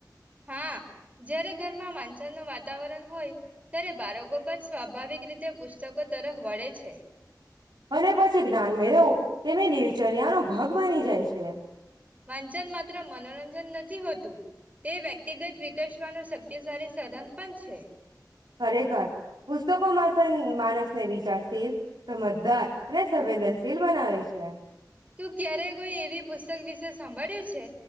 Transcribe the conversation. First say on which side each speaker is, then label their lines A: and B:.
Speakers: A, on the right (about 20°); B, on the right (about 80°).
A: હા જયારે ઘરમાં વાંચનનું વાતાવરણ હોય ત્યારે બાળક કો પણ સ્વાભાવિક રીતે પુસ્તકો તરફ વળે છે.
B: અને પછી જ્ઞાન મેળવવું તેમની દિનચર્યાનો ભાગ બની જાય છે.
A: વાંચન માત્ર મનોરંજન નથી હોતું. તે વ્યક્તિગત વિકસવાનો શક્તિશાળી સધન પણ છે.
B: ખરેખર પુસ્તકો માંસન માનસને વિચારશીલ સમજદાર અને સંવેદનશીલ બનાવે છે.
A: તું ક્યારે કોઈ એવી પુસ્તક વિશે સાંભળ્યું છે?